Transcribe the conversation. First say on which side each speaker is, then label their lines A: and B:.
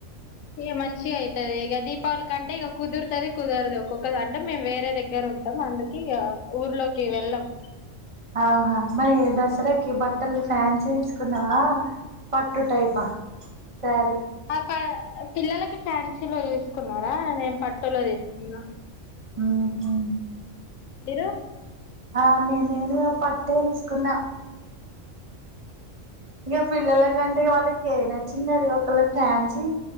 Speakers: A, on the left (about 80°); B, on the right (about 30°).
A: ఇగ మంచిగా అయితది ఇగ దీప్ పావళి కంటే ఇక కుదురుతుంది కుదరదు ఒక్కొక్క అంటే మేము వేరే దగ్గర ఉంటాం అందుక ఇగ ఊర్లోకి వెళ్ళం
B: ఆహా మరి దసరాకి బట్టలు ఫ్యాన్సీ తీసుకున్నావా పట్టు టైపా సారీ
A: ఆ ప పిల్లలకి ఫ్యాన్సీలో తీసుకున్నరా నేను పట్టులో తీసుకున్న
B: ఉహు
A: మిరు
B: ఆమె నేను పట్టే తీసుకున్న ఇగ పిల్లల కంటే ఇగ వాళ్ళకి ఏ నచ్చిందది ఒకలకి ఫ్యాన్సీ